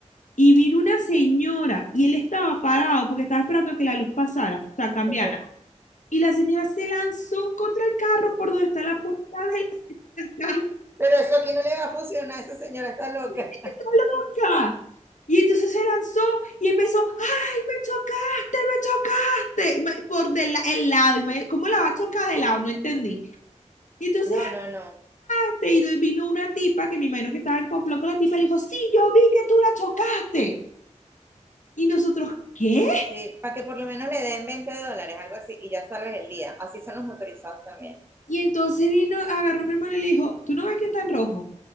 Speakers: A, on the left; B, on the right.
A: y vino una señora y él estaba parado porque estaba esperando que la luz pasara, o sea, cambiara.
B: Ok.
A: Y la señora se lanzó contra el carro por donde está la puerta de la <laughs>
B: Pero eso aquí no le va a funcionar, esa señora está loca.
A: está loca. Y entonces se lanzó y empezó, ay, me chocaste, me chocaste, Y ma- por del la- el lado. y ma- ¿Cómo la va a chocar de lado? No entendí. Y entonces
B: No, no, no.
A: hasta ahí vino una tipa que me imagino que estaba en complot con la tipa y le dijo, sí, yo vi que tú la chocaste. Y nosotros, ¿qué?
B: Sí, para que por lo menos le den 20 dólares, algo así, y ya salves el día. Así son los motorizados también.
A: Y entonces vino, agarró a mi hermano y le dijo, ¿tú no ves que está en rojo?